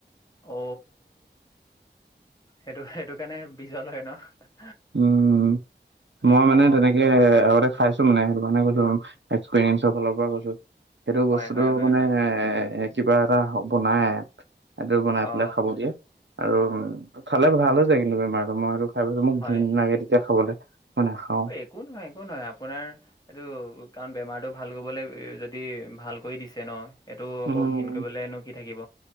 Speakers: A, on the left; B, on the right.
A: অ, সেইটো, সেইটো কাৰণে বিজল হয় ন!
B: উম, উম, মই
A: অ
B: মানে তেনেকে আগতে খাইছো মানে, সেইটো কাৰণে এচপিৰিয়াঞ্চ ফালৰ পৰা কৈছো, সেইটো
A: হয়
B: বস্তুতটো
A: হয় হয়
B: মানে
A: হয়
B: এ, কিবা এটা বনাই। সেইটো বনাই
A: অ
B: পেলাই খাব দিয়ে আৰু খালে ভাল হৈ যায় কিন্তু বেমাৰতটো, মই সেইটো খাই পাইছো। মোক
A: হয়
B: লাগে তেতিয়া খাবলৈ, মই নাখাওঁ।
A: অ একো নহয়, একো নহয়, আপোনাৰ এইটো কাৰণ বেমাৰতটো ভাল কৰিবলৈ, যদি ভাল কৰি দিছে ন। এইটো আকৌ
B: উম
A: ঘীণ কৰিবলগীয়া নো কি থাকিব?